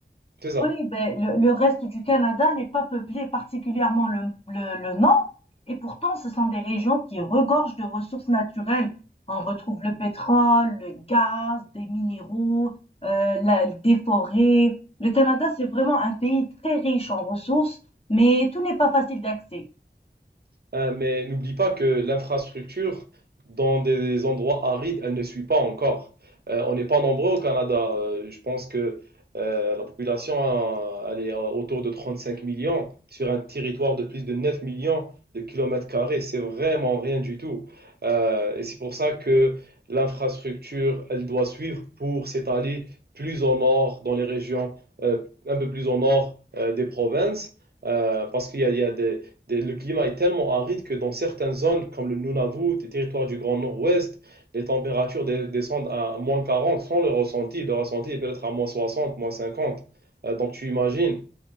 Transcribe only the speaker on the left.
Oui, ben, le, le reste du Canada n'est pas peuplé, particulièrement le, le, le nord, et pourtant ce sont des régions qui regorgent de ressources naturelles. On retrouve le pétrole, le gaz, des minéraux, euh, la- des forêts. Le Canada, c'est vraiment un pays très riche en ressources, mais tout n'est pas facile d'accès.